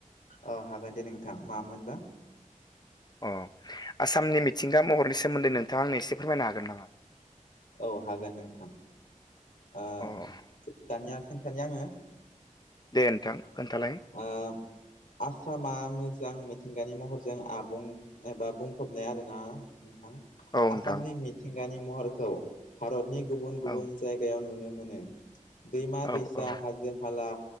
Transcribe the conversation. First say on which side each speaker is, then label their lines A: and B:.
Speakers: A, on the left; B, on the left.
A: अ' हागोन दे नोंथां मामोनबा।
B: अ' आसामनि मिथिंगा महरनि सोमोन्दै नोंथाङा आंनो एसे फोरमायनो हागोन नामा?
A: औ हागोन नोंथां। ओ
B: अ'
A: दानिया खोन्थानि आङो।
B: दे नोंथां खोन्थालाय
A: आ आसामा मोजां मिथिंगानि महरजों आबुं एबा बुंफबनाय आरोना नोंथां।
B: औ नोंथां
A: आसामनि मिथिंगानि महरखौ भारतनि गुबुन गुबुन
B: औ
A: जायगायाव बेयाव नुनो मोनो दैमा
B: औ
A: -दैसा,
B: औ
A: हाजो- हाला,